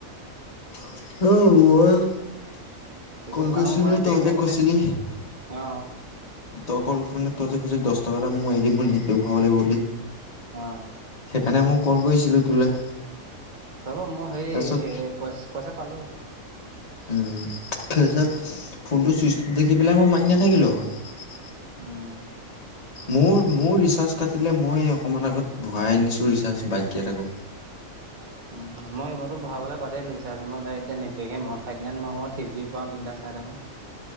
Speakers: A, on the left; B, on the right.
A: <unintelligible>
B: কৈছে
A: ক'ল কৰিছিলো,
B: আৰু মানে বেক
A: তই
B: মাৰিবলে
A: যে কৈছিলি।
B: অ',
A: তই অকল মানে তইতে কৈছ দহ টকা এটা মই এৰি দিব ন ত ভব লাগিব বুলি
B: অহ
A: সেইকাৰণে মই কল কৰিছিলো তোলে
B: হ'ব মই সেই
A: তাৰপিছত
B: পই পইচা পালো
A: তাৰপিছত ফোনটো চুইচ দেখি পেলাই মই মাৰি নাথাকিলো আৰু
B: উম
A: মোৰ মোৰ ৰিচাৰ্জ কাটিলে মই অকণমান আগত ভৰাই আনিছোঁ ৰিচাৰ্জ বাককেইটাকো
B: উম। মই মইতো ভৰাবলৈ বাদে দিলোঁ ৰিচাৰ্জ মই এতিয়া নেট পেক হে মাৰো থিৰ্তী নাইন মাৰো আৰু থ্ৰী জি পই বিন্দাছ চাই থাকো।